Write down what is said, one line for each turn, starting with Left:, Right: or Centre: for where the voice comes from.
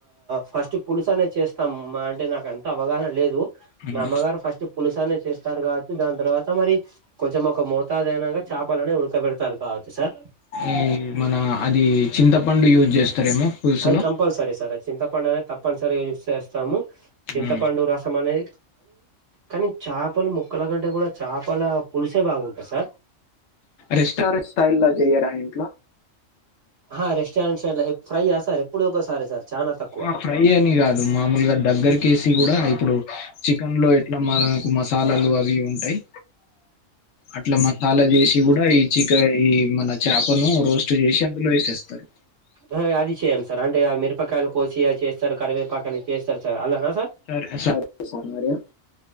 Right: ఫస్ట్ పులుసు అనే చేస్తాం అంటే నాకు అంత అవగాహన లేదు.
Left: హ్మ్.
Right: మా అమ్మగారు ఫస్ట్ పులుసు అనే చేస్తారు. కాబట్టి దాని తర్వాత మరి కొంచం ఒక మోతాదు అయినాక చేపలను ఉడకబెడతారు కావచ్చు సార్.
Left: ఈ మన అది చింతపండు యూజ్ చేస్తారేమో పులుసులో?
Right: అది కంపల్సరీ సార్ అది చింతపండు అనేది తప్పనిసరి యూజ చేస్తాము. చింతపండు
Left: హ్మ్.
Right: రసం అనేది కానీ చేపల ముక్కల కంటే కూడా చేపల పులుసే బాగుంటాది సార్.
Left: రెస్టారెంట్ స్టైల్ లో చెయ్యరా ఇంట్లో.
Right: ఆ హా రెస్టారెంట్ట్ స్టైల్ ఫ్రై ఆ సార్ ఎప్పుడో ఒకసారే సార్ చాలా తక్కువ.
Left: ఆ! ఫ్రై అని కాదు మామూలుగా దగ్గరకేసి కూడా ఇప్పుడు చికెన్ లో ఎట్లా మన మసాలాలు అవి ఇవి ఉంటాయి అట్లా అలా చేసి కూడా ఈ మన చేపను రోస్ట్ చేసి అందులో ఎసేస్తారు.
Right: హా అది చేయం సార్. అంటే మిరపకాయలు కోసి చేస్తారు కరివేపాకనీ చేస్తారు సార్ అలా చేయం సార్.
Left: సరే <unintelligible> సార్ మీరు